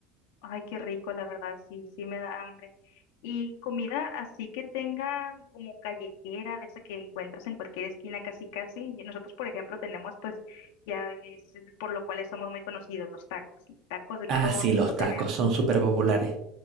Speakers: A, on the left; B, on the right.
A: Ay, qué rico, la verdad. Sí, sí me da hambre. Y comida así que tengan como callejera, de esa que encuentras en cualquier esquina casi casi. Y nosotros, por ejemplo, tenemos pues, ya es por lo cual somos muy conocidos, los tacos. Tacos de
B: Ah,
A: todo
B: sí,
A: tipo
B: los
A: tenemos.
B: tacos son súper populares.